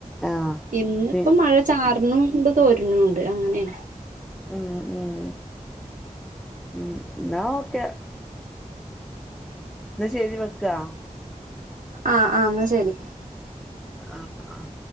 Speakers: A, in the centre; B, on the right.
A: ആഹ്
B: ഇന്നിപ്പോ
A: പി
B: മഴ ചാർന്നുണ്ട് തോരുന്നുണ്ട് അങ്ങനെയ
A: ഉം ഉം ഉം എന്നാ ഓക്കെ ന്നാ ശരി വെക്കാ
B: ആഹ് ആ എന്നാ ശരി
A: ആഹ് ആഹ്